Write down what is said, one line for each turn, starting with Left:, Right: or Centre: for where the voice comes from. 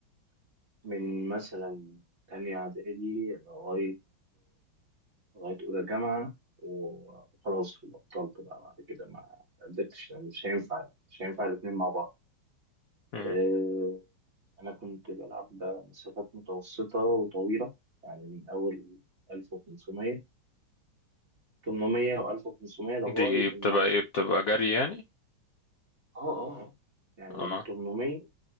Right: من مثلا تانية اعدادي لغايه لغايه اولى جامعه وخلاص بطلت بقى بعد كده ما قدرتش لأن مش هينفع يعني مش هينفع الاتنين مع بعض
Left: مم.
Right: آه، انا كنت بلعب مسافات متوسطه وطويله يعني من اول 1500 800 و 1500 لغاية
Left: دي بتبقى
Right: الماراثون
Left: ايه بتبقى جري يعني
Right: اه اه يعني
Left: اه
Right: ال 800